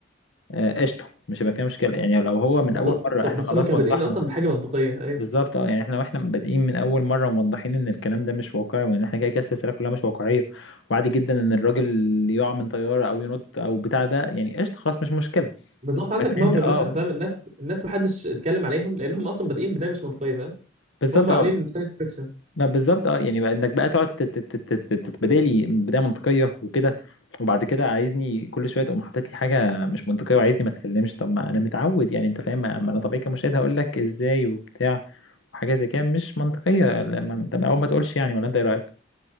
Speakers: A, on the left; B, on the right.
A: آه، قشطه مش هيبقى فيها مشكله يعني لو هو من
B: بالظبط
A: اول مره
B: آه.
A: احنا
B: بس
A: خلاص
B: هما كانوا
A: وضحنا
B: بادئين اصلا بحاجه منطقيه ايوه
A: بالظبط اه يعني احنا واحنا بادئين من اول مره موضحين ان الكلام ده مش واقعي وان احنا كده كده السلسله كلها مش واقعيه وعادي جدا ان الراجل يقع من طياره او ينط او بتاع ده يعني قشطه خلاص مش مشكله
B: بالظبط عندك
A: بس
B: مارفل
A: انت اه
B: مثلا فاهم الناس الناس محدش اتكلم عليهم لان هم اصلا بادئين بدايه مش منطقيه فاهم
A: بالظبط
B: هم عاملين
A: اه
B: ساينس فيكشن
A: ما بالظبط اه يعني بقى انك بقى تقعد تت- تت- تت- تتبادل لي بدايه منطقيه وكده وبعد كده عايزني كل شويه تقوم حاطط لي حاجه مش منطقيه وعايزني ما اتكلمش طب ما انا متعود يعني انت فاهم ما انا طبيعي كمشاهد هقول لك ازاي وبتاع وحاجه زي كده مش منطقيه لما- طب اول ما تقولش يعني ولا انت ايه رايك؟